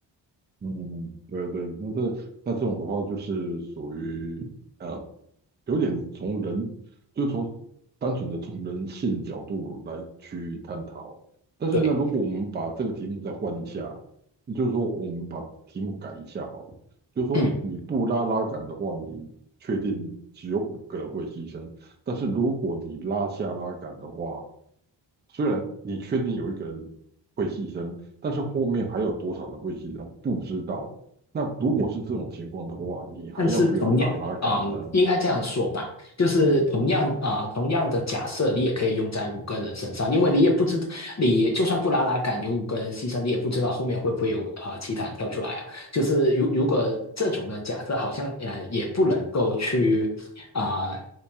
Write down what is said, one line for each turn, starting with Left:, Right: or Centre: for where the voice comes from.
Right: 嗯，对对，那这那这种的话，就是属于呃有点从人，就是从单纯的从人性角度来去探讨。但是呢，
Left: 对，
Right: 如果我们把这个题目再换一下，就是说我们把题目改一下好了，就是说你不拉拉杆的话，
Left: 嗯。
Right: 你确定只有五个人会牺牲，但是如果你拉下拉杆的话，虽然你确定有一个人会牺牲，但是后面还有多少人会牺牲不知道。那如果是这种情况的话，你还要不要拉拉杆呢？
Left: 但是同样，嗯，应该这样说吧，就是同样啊、呃同样的假设，你也可以用在五个人身上，因为你也不知道，你就算布拉拉敢有五个人牺牲，你也不知道后面会不会有啊、呃其他人跳出来啊。就是如如果这种的假设，好像呃也不能够去啊、呃